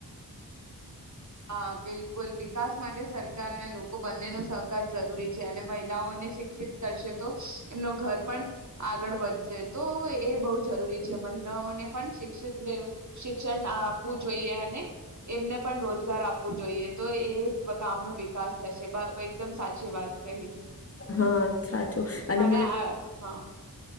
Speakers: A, on the right; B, on the left.
A: હા બિલકુલ વિકાસ માટે સરકાર અને લોકો બંને નો સહકાર જરૂરી છે અને મહિલાઓને શિક્ષિત કરશે તો એમનું ઘર પણ આગળ વધશે. તો એ બહુ જરૂરી છે મહિલાઓને પણ શિક્ષિત રે શિક્ષણ આપવું જોઈએ અને એમને પણ રોજ ગાર આપવું જોઈએ તો એ ગામ નો કાસ થશે બરાબર એકદમ સાચી વાત કહી.
B: હા સાચું અને
A: મને આ હા